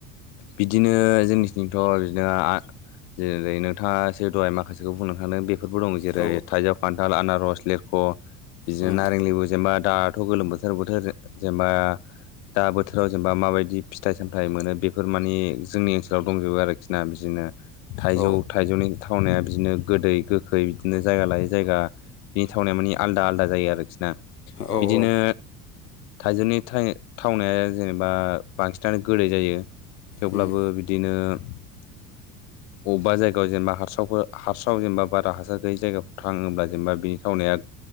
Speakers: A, on the left; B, on the left.
A: बिदिनो जोंनिसंथ' बिदिनो आ जेरै नोंथाङासो दहाय माखासेखौ बुंनो थांदों बे बेफोरबो दं जेरै
B: औ
A: थाइजौ खान्थाल आनारस लिरख' बिदिनो
B: उम
A: नारें लेबु जेनेबा दा गथ' गोलोम बोथोर बोथोर जेनेबा दा बोथोराव जेनेबा माबायदि फिथाइ सामथाइ मोनो बे बेफोर माने जोंनि ओनसोलाव दंजोबो आरोखि ना बिदिनो थाइजौ
B: औ
A: थाइजौनि थावनाया बिदिनो गोदै गोखै बिदिनो जायगा लायै जायगा बिनि थावनाया माने आलदा आलादा जायो आरोखि नि
B: औ
A: बिदिनो
B: औ
A: थाइजौनि थाइ थावनाया जेनेबा बांसिनानो गोदै जायो थेवब्लाबो
B: उम
A: बिदिनो अबेबा जायगायाव जेनेबा हारसावफोर <unintelligible> हारासाव जेनेबा बारा हासार गैयै जायगाफोराव थाङोब्ला जेनेबा बिनि थावनाया